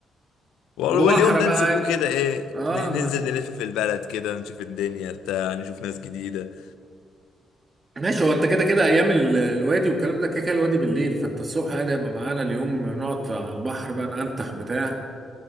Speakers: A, on the left; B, on the right.
A: وال-
B: وبحر
A: واليوم ده
B: بقى
A: نسيبوه
B: عادي
A: كده ايه
B: اه
A: ن- ننزل نلف في البلد كده نشوف الدنيا بتاع نشوف ناس جديدة
B: ماشي هو انت كده كده ايام ال- الوادي والكلام ده كده كده الوادي بالليل فانت الصبح عادي هيبقى معانا اليوم نقعد على البحر بقى ننتخ بتاع